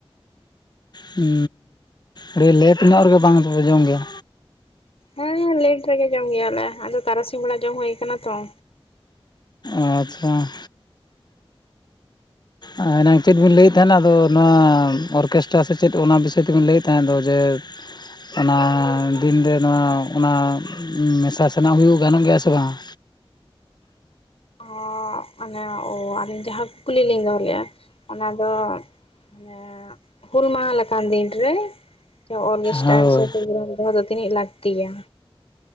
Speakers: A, on the left; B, on the left.
A: ᱦᱩᱸᱻ ᱟᱹᱰᱤ ᱞᱮᱴ ᱧᱚᱜ ᱨᱮᱜᱮ ᱵᱟᱝ ᱫᱚ ᱯᱮ ᱡᱚᱢ ᱜᱮᱭᱟ᱾
B: ᱦᱮᱸ ᱞᱮᱴ ᱨᱮᱜᱮ ᱡᱚᱢ ᱜᱮᱭᱟᱞᱮ, ᱟᱫᱚ ᱛᱟᱨᱟᱥᱤᱧ ᱵᱮᱲᱟ ᱡᱚᱢ ᱦᱩᱭ ᱟᱠᱟᱱᱟ ᱛᱚ᱾
A: ᱟᱻᱪᱷᱟ ᱟᱸ ᱮᱱᱟᱝ ᱪᱮᱫ ᱵᱤᱱ ᱞᱟᱹᱭᱮᱫ ᱛᱟᱦᱮᱱᱟ ᱟᱫᱚ ᱱᱚᱣᱟ ᱚᱨᱠᱮᱥᱴᱟᱨ ᱥᱮ ᱪᱮᱫ ᱚᱱᱟ ᱵᱤᱥᱚᱭ ᱛᱮᱵᱤᱱ ᱞᱟᱹᱭᱮᱫ ᱛᱟᱦᱮᱫ ᱫᱚ ᱡᱮ ᱚᱱᱟ ᱫᱤᱱ ᱨᱮ ᱱᱚᱣᱟ ᱚᱱᱟ ᱢᱮᱥᱟ ᱥᱮᱱᱟ ᱦᱩᱭᱩᱜ ᱜᱟᱱᱚᱜ ᱜᱮᱭᱟ ᱥᱮ ᱵᱟᱝᱟ?
B: ᱚᱻ ᱚᱱᱮ ᱚ ᱟᱹᱞᱤᱧ ᱡᱟᱦᱟᱸ ᱠᱩᱠᱞᱤ ᱞᱤᱧ ᱫᱚᱦᱚ ᱞᱮᱫᱼᱟ ᱚᱱᱟ ᱫᱚ ᱚᱱᱮ ᱦᱩᱞ ᱢᱟᱦᱟ ᱞᱮᱠᱟᱱ ᱫᱤᱱ ᱨᱮ ᱛᱚ ᱚᱨᱜᱮᱥᱴᱟᱨ
A: ᱦᱳᱭ
B: ᱥᱮ ᱯᱨᱳᱜᱨᱟᱢ ᱫᱚᱦᱚ ᱫᱚ ᱛᱤᱱᱟᱹᱜ ᱞᱟᱹᱠᱛᱤᱭᱟ?